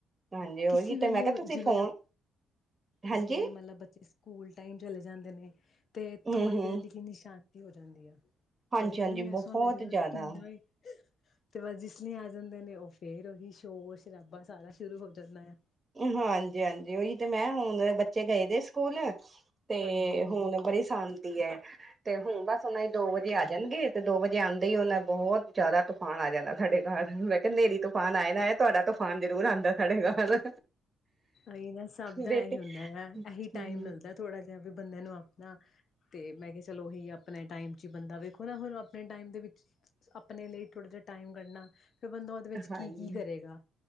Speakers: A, on the right (about 25°); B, on the left (about 55°).
A: ਹਾਂਜੀ ਓਹੀ
B: ਕਿਸੇ ਵੇਲੇ
A: ਤੇ ਮੈਂ ਕਿਹਾ ਤੁਸੀਂ
B: ਜਿਵੇਂ
A: ਫੋਨ ਹਾਂਜੀ
B: ਜਿਵੇਂ ਮਤਲਬ ਬੱਚੇ ਸਕੂਲ ਟਾਈਮ ਚਲੇ ਜਾਂਦੇ ਨੇਂ, ਤੇ
A: ਹੂੰ
B: ਥੋੜ੍ਹੀ
A: ਹੂੰ
B: ਦੇਰ ਲਈ ਕਿੰਨੀ ਸ਼ਾ ਹੋ ਜਾਂਦੀ ਆ,
A: ਹਾਂਜੀ
B: ਘਰੇ ਮੈਨੂੰ
A: ਹਾਂਜੀ
B: ਵੀ ਐਸਾ
A: ਬਹੁਤ
B: ਲੱਗੇਗਾ
A: ਜ਼ਿਆਦਾ
B: ਕਿ ਕਿੰਨਾ ਈ ਤੇ ਬਸ ਜਿਸ ਲਈ ਆ ਜਾਂਦੇ ਨੇਂ, ਉਹ ਫੇਰ ਉਹੀ ਸ਼ੋਰ-ਸ਼ਰਾਬਾ ਸਾਰਾ ਸ਼ੁਰੂ ਹੋ ਜਾਂਦਾ ਆ।
A: ਹਾਂਜੀ-ਹਾਂਜੀ ਉਹੀ ਤੇ ਮੈਂ ਹੁਣ ਬੱਚੇ ਗਏ ਦੇ ਸਕੂਲ ਤੇ
B: ਹਾਂਜੀ ਹਾਂਜੀ
A: ਹੁਣ ਬੜੀ ਸ਼ਾਂਤੀ ਹੈ, ਤੇ ਹੁਣ ਬਸ ਉਹਨਾਂ ਦੀ ਦੋ ਵ ਤੇ ਆ ਜਾਣਗੇ, ਤੇ ਦੋ ਵਜੇ ਆਉਂਦੇ ਹੀ ਉਹਨਾਂ ਬਹੁਤ ਜ਼ਿਆਦਾ ਤੂਫਾਨ ਆ ਜਾਂਣਾ ਸਾਡੇ ਘਰ। ਨੇਰੀ ਤੂਫਾਨ ਆਏ ਨਾ ਆਏ ਤੁਹਾਡਾ ਤੂਫਾਨ ਜ਼ਰੂਰ ਆਉਂਦਾ ਸਾਡੇ ਘਰ
B: ਹੀ ਨਾ ਸਭ ਦਾ
A: ਬੇਟੀ
B: ਇਹੀ ਹੁੰਦਾ ਆ, ਇਹੀ ਟਾਈਮ
A: ਹਮ
B: ਮਿਲਦਾ ਥੋੜਾ ਜਿਹਾ ਵੀ ਬੰਦਿਆਂ ਨੂੰ ਆਪਣਾ ਤੇ ਮੈਂ ਕਿਹਾ ਚਲੋ ਉਹੀ ਆਪਣੇ ਟਾਈਮ ਚ ਬੰਦਾ ਵੇਖੋ ਨਾ ਹੁਣ ਆਪਣੇ ਟਾਈਮ ਦੇ ਵਿੱਚ ਆਪਣੇ ਲਈ ਥੋੜ੍ਹਾ ਜਿਹਾ ਟਾਈਮ ਕੱਢਣਾ। ਫਿਰ ਬੰਦਾ ਉਹਦੇ ਵਿੱਚ
A: ਹਾਂਜੀ
B: ਕੀ- ਕੀ ਕਰੇਗਾ,